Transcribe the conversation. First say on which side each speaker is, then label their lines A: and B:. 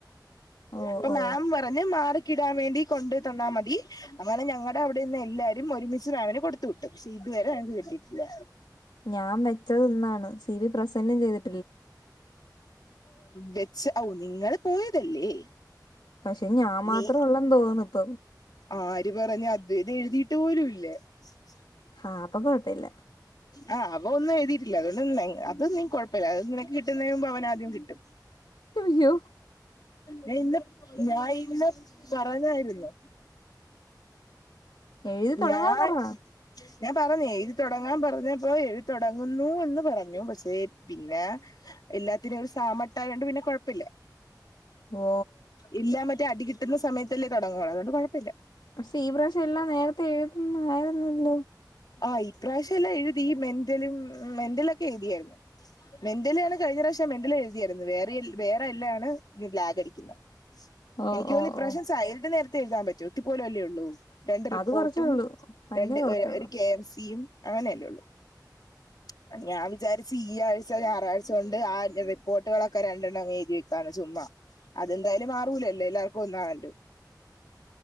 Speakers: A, on the left; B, on the left.
A: ഓ
B: ഇപ്പൊ
A: ഓ
B: മാം പ പറഞ്ഞ് മാർക്കിടാൻ വേണ്ടി കൊണ്ടു തന്നാൽ മതി അങ്ങനെ ഞങ്ങളടെ അവിടെ ഇന്ന് എല്ലാരും ഒരുമിച്ച് മാംന് കൊടുത്തു വിട്ടു പക്ഷെ ഇതുവരെ ഞങ്ങക്കു കിട്ടിയിട്ടില്ല
A: ഞാൻ വെച്ചത് ഇന്നാണ് സി ബി പ്രസന്റും ചെയ്തി
B: വെച്ച് ഔ നിങ്ങൾ പോയതല്ലേ
A: പക്ഷേ ഞാൻ മാത്രേ
B: നീ
A: ഉള്ളന്ന് തോന്നുന്നു ഇപ്പൊ
B: ആര് പറഞ്ഞ് അത് ഇത് എഴുതിയിട്ട് പോലുംല്ല <inaudible>
A: ആഹ് അപ്പൊ കൊഴപ്പല്ല
B: ആഹ് അപ്പം ഒന്നും എുതിയിട്ടില്ല അതുകൊണ്ട് അത് നീ കുഴപ്പമില്ല അത് നിനക്ക് കിട്ടുന്നതിന് മുമ്പ് അവൻ ആദ്യം കിട്ടും
A: യ്യോ
B: ഞാൻ ഇന്ന് ഞാൻ ഇന്ന് പറഞ്ഞായിരുന്നു
A: എഴുതി തുടങ്ങാൻ
B: ഞാൻ
A: പറ
B: ഞാൻ പറഞ്ഞു എഴുതിത്തൊടങ്ങാൻ പറഞ്ഞപ്പോ എഴുതിത്തൊടങ്ങുന്നു എന്ന് പറഞ്ഞു പക്ഷേ പിന്നെ എല്ലാത്തിനും ഒരു സാമട്ടായൊണ്ട് പിന്നെ കൊഴപ്പല്ല
A: ഓ
B: ഇല്ല മറ്റേ അടി കിട്ടുന്ന സമയത്തല്ലേ തുടങ്ങോളൂ അതുകൊണ്ട് കൊഴപ്പല്ല
A: പക്ഷെ ഈ പ്രവശ്യ എല്ലാം നേരത്തെ എഴുതുന്ന ആയിരുന്നല്ലോ
B: ആഹ് ഈ പ്രാവശ്യ എല്ലാം എഴുതി മെന്റലും മെന്റലൊക്കെ എഴുതിയായിരുന്നു മെന്റല് ആണ് കഴിഞ്ഞ പ്രാവശ്യം മെന്റല് എഴുതിയായിരുന്നു വേറെ വേറെ എല്ലാംണ് ഈ ലാഗടിക്കുന്നത്
A: ഓ
B: എനിക്ക് തോന്ന്
A: ഓ
B: ഈ പ്രാവശ്യം
A: ഓ
B: സയിട് നേരത്തെ എഴുതാൻ പറ്റും ഇത്തി പോല അല്ലേള്ളൂ രണ്ട് റിപ്പോർട്ടും
A: അത് കൊറച്ചേ ഉള്ളൂ ഭയങ്കര
B: രണ്ട്
A: കൊറച്ചേ ഉള്ളൂ
B: ഒരു കെ എം സിയും അങ്ങനെയല്ലേള്ളു <inaudible> ഞാൻ വിചാരിച്ച് ഈ ആഴ്ച ഞായറാഴ്ച കൊണ്ട് അതിന്റ റിപ്പോർട്ടുകളൊക്കെ രണ്ടെണ്ണം അങ് എഴുതി വെക്കാണ് ചുമ്മാ അതെന്തായാലും മാറൂലല്ലോ എല്ലാർക്കും ഒന്നാണല്ലോ